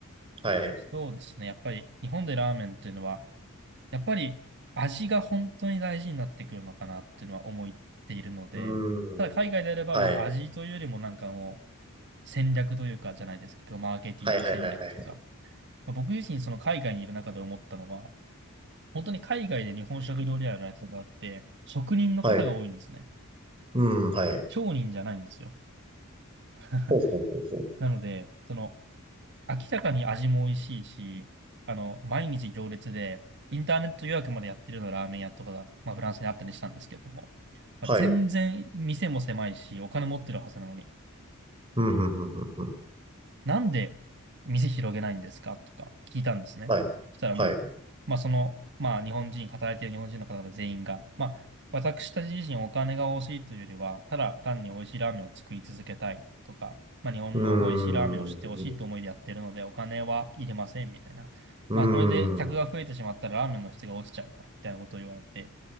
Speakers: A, on the right (about 25°); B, on the right (about 55°).
A: はい。
B: そうですね、やっぱり日本でラーメンっていうのはやっぱり味が本当に大事になってくるのかなっていうのは思っているので、
A: うーん、
B: ただ海外であれば、
A: はい。
B: まあ味というよりもなんかもう戦略というかじゃないですか、マーケティング戦略とか。
A: はいはいはいはい。
B: まあ、僕自身その海外にいる中で思ったのは、本当に海外で日本食料理屋やられてる方って、職人の方が多いんですね。
A: はい。うん、はい。
B: 商人じゃないんですよ。<laughs>
A: ほうほうほうほう。
B: なので、その明らかに味も美味しいし、あの、毎日行列で、インターネット予約までやってるようなラーメン屋とかが、まあ、フランスにあったりしたんですけれども、まあ、
A: はい。
B: 全然店も狭いし、お金持ってるはずなのに、
A: うん、うん、うん、うん。うん
B: なんで店広げないんですかとか聞いたんですね。
A: はい。
B: そしたらもう、
A: はい。う
B: まあその、まあ日本人、働いている日本人の方々全員が、まあ私たち自身お金が欲しいというよりは、ただ単に美味しいラーメンを作り続けたいとか、まあ日本の美味しいラーメンを知ってほしいと思いでやってるので、
A: ーん、う
B: お金はいりませんみたいな。
A: ーん。
B: まあこれで客が増えてしまったらラーメンの質が落ちちゃうから、みたいなことを言われて、